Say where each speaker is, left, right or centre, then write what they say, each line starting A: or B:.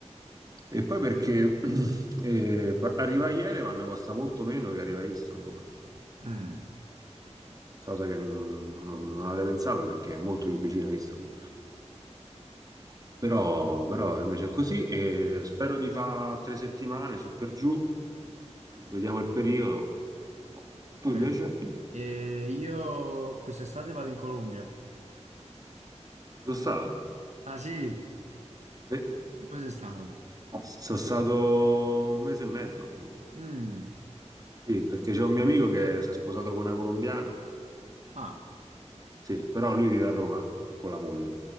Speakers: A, on the right; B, on the right.
A: E poi perché <clears throat> eh, par- arrivare a Yerevan costa molto meno che arrivare a Istanbul
B: Mm,
A: cosa che non, non- non avrei pensato perché è molto più vicina a Istanbul. Però, però invece è così e spero di fare tre settimane su per giù, vediamo il periodo. Tu
B: bene.
A: invece?
B: E io quest'estate vado in Colombia.
A: Ci sono stato.
B: Ah sì?
A: Sì.
B: Dove sei stato?
A: Sono stato un mese e mezzo a Colombia.
B: Mm,
A: Sì, perché c'è un mio amico che si è sposato con una colombiana.
B: ah,
A: Sì, però lui vive a Roma con la moglie.